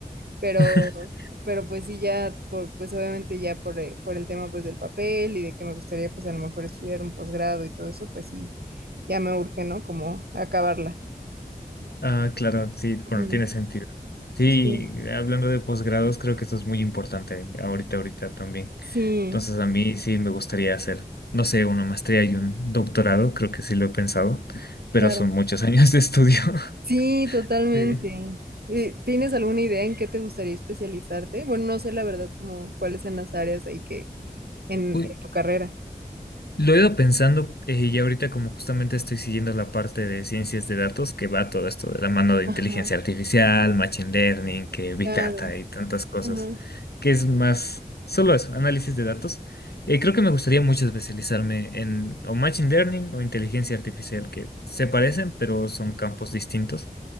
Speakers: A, on the right; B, on the left.
A: Pero,
B: <laughs>
A: pero pues sí, ya, por, pues obviamente ya por, eh, por el tema pues del papel y de que me gustaría pues a lo mejor estudiar un posgrado y todo eso, pues sí, ya me urge, ¿no? Como acabarla.
B: Ah, claro, sí, bueno,
A: Ujú.
B: tiene sentido. Sí,
A: Sí,
B: hablando de posgrados, creo que esto es muy importante ahorita, ahorita también.
A: sí,
B: Entonces, a mí sí me gustaría hacer, no sé, una maestría y un doctorado, creo que sí lo he pensado, pero
A: claro.
B: son muchos <laughs> años de estudio. <laughs>
A: Sí, totalmente.
B: Sí.
A: Eh, ¿Tienes alguna idea en qué te gustaría especializarte? Bueno, no sé la verdad como cuáles son las áreas ahí que en,
B: Uy,
A: en tu carrera.
B: Lo he ido pensando eh, y ahorita como justamente estoy siguiendo la parte de ciencias de datos que va todo esto de la mano de inteligencia
A: Ajá,
B: artificial, machine learning, que Big
A: claro.
B: Data y tantas cosas,
A: Ajá.
B: que es más solo eso, análisis de datos. Eh, creo que me gustaría mucho especializarme en o machine learning o inteligencia artificial, que se parecen, pero son campos distintos.